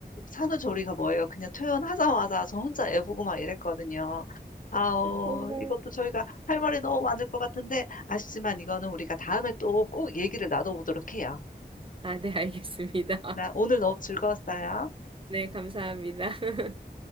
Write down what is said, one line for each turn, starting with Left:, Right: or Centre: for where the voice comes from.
Left: 산후조리가 뭐예요? 그냥 퇴원하자마자 저 혼자 애 보고 막 이랬거든요. 아오,
Right: 어머.
Left: 이것도 저희가 할 말이 너무 많을 것 같은데, 아쉽지만 이거는 우리가 다음에 또 꼭 얘기를 나눠보도록 해요.
Right: 아, 네, 알겠습니다.
Left: 나 오늘 너무 즐거웠어요.
Right: 네, 감사합니다. <laughs>